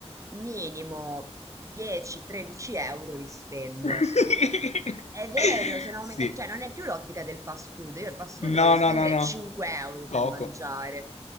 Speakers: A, on the right (about 30°); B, on the left (about 80°).
A: minimo 10-13 euro li spendo.
B: <laughs>
A: È vero, sono aumentati,
B: Sì.
A: cioè non è più l'ottica del fast food, io il fast food voglio
B: No,
A: spendere
B: no, no, no.
A: 5 euro
B: Poco.
A: per mangiare